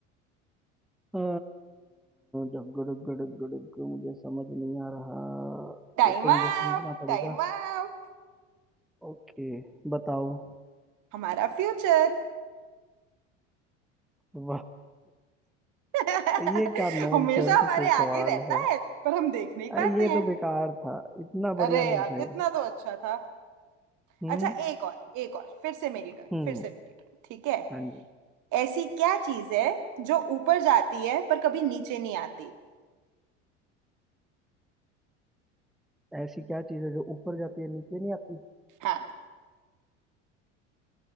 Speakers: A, in the centre; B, on the right.
A: अ, डग्गो डग्गो डग्गो डग्गो मुझे समझ नहीं आ रहा
B: Time
A: ये तो
B: up
A: मुझे समझना पड़ेगा
B: time up
A: ओके बताओ
B: हमारा फ्यूचर
A: वाह
B: <laughs>
A: <laughs> ये क्या नॉनसेंस
B: हमेशा हमारे
A: से सवाल
B: आगे रहता
A: है
B: है पर हम देख नहीं
A: अरे
B: पाते
A: ये
B: हैं
A: तो बेकार था इतना
B: अरे
A: बढ़िया नहीं
B: यार
A: था ये
B: इतना तो अच्छा था
A: हम्म
B: अच्छा एक और एक और फिर से मेरी टर्न
A: हम्म
B: फिर से मेरी टर्न ठीक है
A: हाँ जी
B: ऐसी क्या चीज है जो ऊपर जाती है पर कभी नीचे नहीं आती
A: ऐसी क्या चीज है जो ऊपर जाती है नीचे नहीं आती
B: हाँ